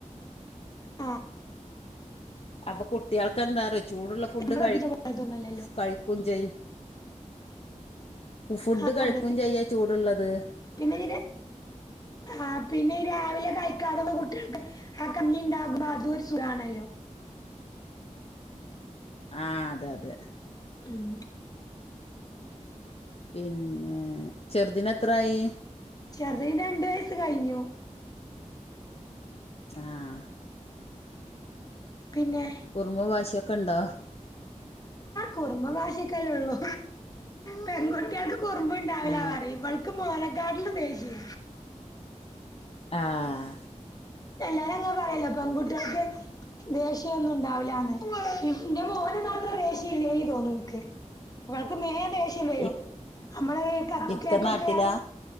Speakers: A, on the left; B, on the left.
A: ആഹ്
B: അപ്പം കുട്ട്യാൾക്കെന്താറിയോ ചൂടുള്ള ഫുഡ്
A: നമ്മള്
B: കഴി
A: പഠിപ്പിച്ച പോലത്തൊന്നല്ലല്ലോ
B: കഴി ക്കും ചെയ്യ് ഫുഡ്
A: ആഹ്
B: കഴിക്കും
A: അതെ
B: ചെയ്യാ ചൂടുള്ളത്
A: പിന്നെ എങ്ങനെ ആഹ് പിന്നെ ഈ രാവിലെ കഴിക്കാതെള്ള കുട്ട്യെൾക്ക് ആഹ് കഞ്ഞി ഉണ്ടാകുമ്പോ അതും ഒരു സുഖാണല്ലോ
B: ആഹ് അതെ അതെ
A: ഉം
B: പിന്നെ ചെറ്തിന് എത്രായി
A: ചെറ്തിന് രണ്ട് വയസ്സ് കഴിഞ്ഞു
B: ആഹ്
A: പിന്നെ
B: കുറുമ്പും വാശിയൊക്കെ ഇണ്ടോ
A: കുറുമ്പും വാശിയക്കല്ലെ ഉള്ളൂ പെൺകുട്ടികൾക്ക് കുറുമ്പുണ്ടാവില്ല
B: ആ
A: പറയും ഇവൾക്ക് മോനക്കാട്ടിലും ദേഷ്യ
B: ആഹ്
A: എല്ലാരും അങ്ങനെ പറയല്ലോ പെൺകുട്ടികൾക്ക് ദേഷ്യയൊന്നും ഉണ്ടാവില്ലാന്ന് എന്റെ മോന് മാത്രേ ദേഷ്യ ഇല്ലേനി തോന്നു എനിക്ക് ഇവൾക്ക് വേഗം ദേഷ്യം വരും
B: ഇ
A: നമ്മള് ഈ കപ്പ്
B: ഇക്ക
A: കേക്കൊക്കെ
B: നാട്ടിലാ